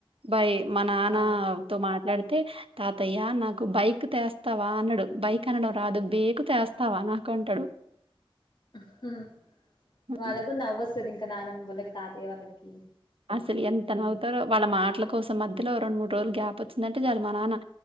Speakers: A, on the right; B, on the left.
A: బై మా నాన్నతో
B: ఆ
A: మాట్లాడు తె తాతయ్య నాకు బైక్ తెస్తావా అన్నాడు బైక్ కనడం రాదు బేకు తెస్తావా నాకు అంటాడు
B: హ హ
A: హ్మ్.
B: వాళ్ళగ్ సది ఇంకా నాన్నమ్మ వాళ్ళకి తాతయ్యా వాళ్ళకి
A: అసలు ఎంత నవ్వుతారో వాళ్ళ మాటల కోసం మధ్యలో రెండు మూడు రోజులు గ్యాప్ వచ్చిందంటే చాలు మా నాన్న